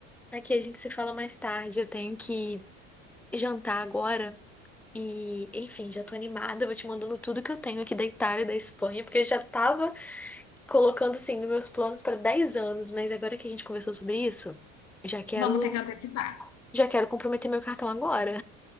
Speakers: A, in the centre; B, on the left.
A: Aqui a gente se fala mais tarde. Eu tenho que jantar agora. E, enfim, já tô animada. Eu Vou te mandando tudo que eu tenho aqui da Itália, da Espanha, porque eu já tava colocando assim nos meus planos para 10 anos, mas agora que a gente conversou sobre isso, já quero,
B: Vamos ter que antecipar.
A: já quero comprometer meu cartão agora.